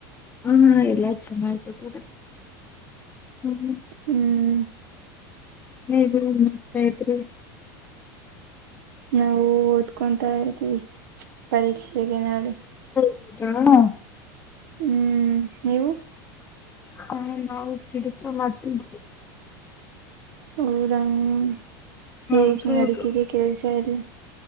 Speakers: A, on the left (about 20°); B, on the right (about 70°).
A: ಹಾ ಎಲ್ಲಾ ಚೆನ್ನಾಗಿದರೆ ಹ್ಮ.
B: ಹ್ಮ್
A: ನೀವ ಏನ ಮಾಡ್ತಾ ಇದ್ರಿ.
B: ನಾವು ಓದ್ಕೊತಾ ಇದ್ದೀವಿ ಪರೀಕ್ಷೆಗೆ ನಾಳೆ.
A: ಹಾ
B: ಹ್ಮ್ ನೀವು
A: ಹ ನಾವು ಕೆಲ್ಸ ಮಾಡ್ತಿದ್ವಿ.
B: ಹೌದಂಗ ಹೇಗ್
A: ಹೌದೌದು
B: ನಡಿತಿದೆ ಕೆಲ್ಸ ಎಲ್ಲ.